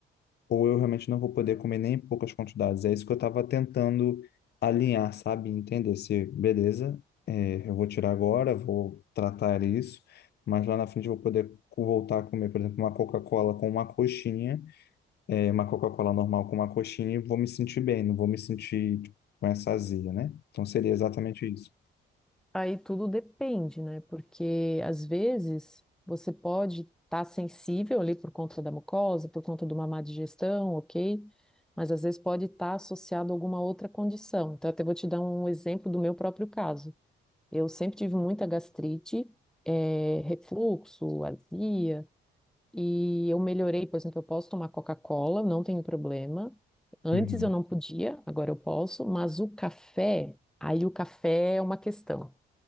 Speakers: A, on the left; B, in the centre.
A: ou eu realmente não vou poder comer nem em poucas quantidades. É isso que eu estava tentando alinhar, sabe? Entender se, beleza, é, eu vou tirar agora, vou tratar isso, mas lá na frente eu vou poder co- voltar a comer, por exemplo, uma Coca-Cola com uma coxinha, é, uma Coca-Cola normal com uma coxinha e vou me sentir bem, não vou me sentir tipo, com essa azia, né? Então seria exatamente isso.
B: Aí tudo depende, né? Porque às vezes você pode estar sensível ali por conta da mucosa, por conta de uma má digestão, ok? Mas às vezes pode estar associado a alguma outra condição. Então, eu até vou te dar um exemplo do meu próprio caso. Eu sempre tive muita gastrite, eh, refluxo, azia, e eu melhorei, por exemplo, eu posso tomar Coca-Cola, não tenho problema. Antes
A: Uhum.
B: eu não podia, agora eu posso, mas o café, aí o café é uma questão.